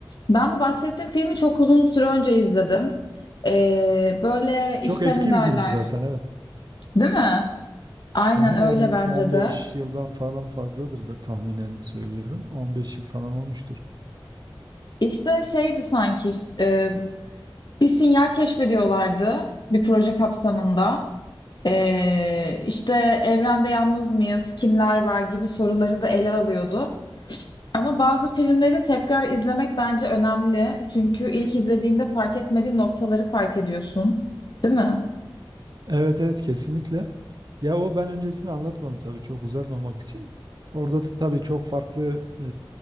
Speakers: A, on the left; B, on the right.
A: Ben bu bahsettiğim filmi çok uzun süre önce izledim. Ee, böyle işte
B: Çok eski
A: ne derler?
B: bir film zaten evet.
A: Değil mi? Aynen
B: Aha,
A: öyle
B: Yani
A: bence
B: 15
A: de.
B: yıldan falan fazladır ben tahminen söylüyorum. 15 yıl falan olmuştur.
A: İşte şeydi sanki e, bir sinyal keşfediyorlardı bir proje kapsamında. E, işte evrende yalnız mıyız, kimler var gibi soruları da ele alıyordu. Ama bazı filmleri tekrar izlemek bence önemli. Çünkü ilk izlediğinde fark etmediğin noktaları fark ediyorsun. Değil mi?
B: Evet evet kesinlikle. Ya o ben öncesini anlatmadım tabii çok uzatmamak için. Orada tabii çok farklı e,